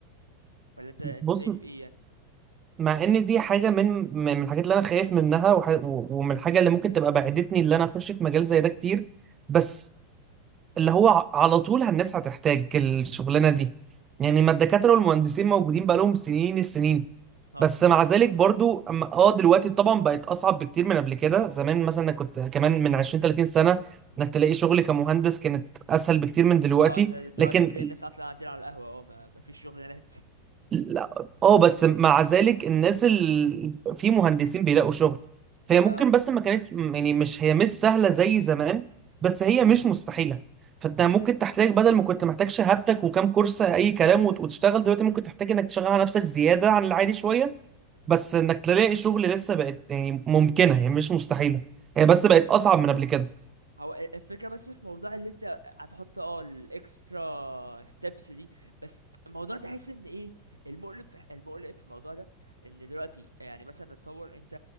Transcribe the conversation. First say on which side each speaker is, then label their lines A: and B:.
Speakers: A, on the right; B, on the right.
A: ولا انت انت
B: بص
A: شايف ايه يعني
B: مع ان دي حاجه من من من الحاجات اللي انا خايف منها وح... و- ومن الحاجه اللي ممكن تبقى بعدتني اللي انا اخش في مجال زي ده كتير بس اللي هو ع- على طول الناس هتحتاج الشغلانه دي يعني ما الدكاتره والمهندسين موجودين بقالهم سنين السنين
A: اه
B: بس مع ذلك برضو أما- اه دلوقتي طبعا بقت اصعب بكتير من قبل كده زمان مثلا أنا كنت كمان من 20 30 سنه انك تلاقي شغل كمهندس كانت اسهل بكتير من دلوقتي
A: اه انت دلوقتي
B: لكن
A: تلاقي الناس اصلا قاعدين على القهوة اه ما مفيش شغلانات
B: لا اه بس مع ذلك الناس اللي في مهندسين بيلاقوا شغل فهي ممكن
A: اه
B: بس ما كانتش يعني مش هي مش سهلة زي زمان بس هي مش مستحيلة فانت ممكن تحتاج بدل ما كنت محتاج شهادتك وكام كورس اي كلام وت- وتشتغل دلوقتي ممكن تحتاج انك تشغل على نفسك زيادة عن العادي شوية بس انك تلاقي شغل لسه بقت يعني ممكنة هي مش مستحيلة هي بس بقت اصعب من قبل كده
A: هو ال- الفكرة بس في موضوع اللي انت هتحط اه الاكسترا ستيبس دي بس الموضوع ده حاسس ان ايه المقلب في المقلق في الموضوع ده ان دلوقتي يعني مثلا نتصور انت